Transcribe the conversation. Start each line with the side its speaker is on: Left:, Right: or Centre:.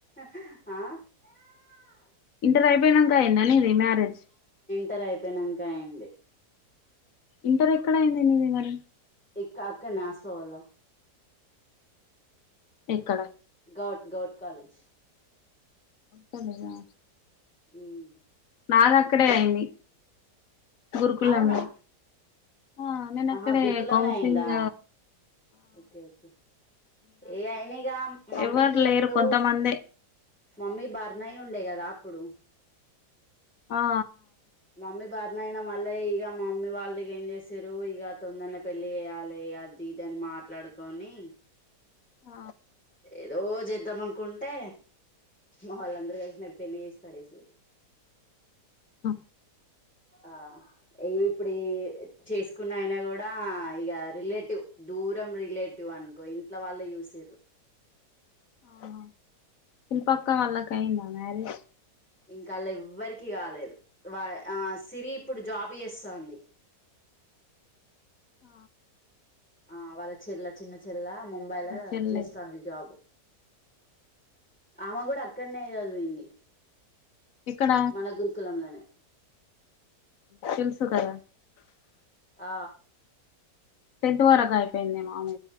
Centre: ఆ
Left: ఇంటర్ అయిపోయినంక ఐంద నీది మీ మ్యారేజ్
Centre: తర్ అయిపోయినంకా ఐంది
Left: ఇంటర్ ఎక్కడ అయింది నీది మరి
Centre: ఇక్క అక్క నాసవలో
Left: ఎక్కడ
Centre: గౌట్ గౌట్ కాలేజ్
Left: <inaudible> నునా
Centre: ఊ మ్
Left: నాదక్కడే అయింది గురుకులంలో
Centre: అవునా
Left: ఆ నేను
Centre: ఆహా
Left: అక్కడే
Centre: గురుకులంనే
Left: కౌన్సలింగ్
Centre: అయిందా ఓకే ఓకే ఏ అయినాగా మమ్మీకి
Left: ఎవరు లేరు
Centre: అప్పుడు
Left: కొంతమందే
Centre: మమ్మీ బారినయ్ ఉండే కదా అప్పుడు
Left: ఆ
Centre: మమ్మీ బా నైనా మళ్ళ ఇగ మమ్మీ వాళ్ళకి ఏం జెస్సిరు ఇగ తొందర్నే పెళ్లి చేయాలే అదిద్ దాన్ మాట్లాడుకొని
Left: ఆ
Centre: ఏదో చేద్దాం అనుకుంటే మా వాళ్ళందరూ కలిసి నకి పెళ్లి చేేసి పడేస్సిరు
Left: హ
Centre: ఆ ఇప్పుడు ఈ చేసుకున్న అయినా గూడా ఇగ రిలేటివ్ దూరం రిలేటివ్ అనుకో ఇంట్లో వాళ్ళే యుస్సిరు
Left: ఆ చిల్పక్క వళ్ళ కాయింద మ్యారేజ్
Centre: ఇంకాల్ ఎవ్వరికి కాలేదు వా ఆ సిరి ఇప్పుడు జాబ్ ఎస్సంధి
Left: ఆ
Centre: ఆ వాళ్ళ చెల్ల చిన్న చెల్ల ముంబైలో
Left: వాళ్ళ చెల్లె
Centre: చేస్తాంది జాబ్ ఆమె కూడా అక్కడనే జదివింది
Left: ఇక్కడ
Centre: మన గురుకులంలనే
Left: తెల్సుకదా
Centre: ఆ
Left: టెన్త్ వరకు అయిపోయింది ఏమో ఆమె